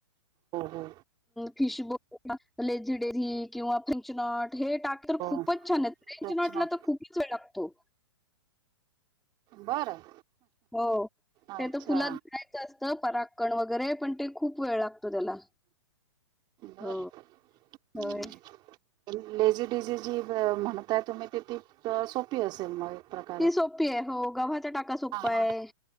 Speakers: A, on the right; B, in the centre.
A: हो हो
B: खिशबो लेझी डेझी किंवा फिंचनॉट हे टाक तर
A: हो
B: खूपच छान आहेत फ्रेंच
A: अच्छा
B: नॉटला तर खूपच वेळ लागतो.
A: बरं
B: हो
A: अच्छा
B: ते तर फुलात जायचं असतं पराकण वगैरे पण ते खूप वेळ लागतो त्याला
A: बर
B: हो.
A: हम्म
B: होय.
A: लेझी डडीझी जी म्हणताय तुम्ही ति ती सोपी असेल मग? प्रकारे
B: ती सोपी आहे हो गव्हाचा टाका सोप्पा
A: हा
B: आहे.
A: हा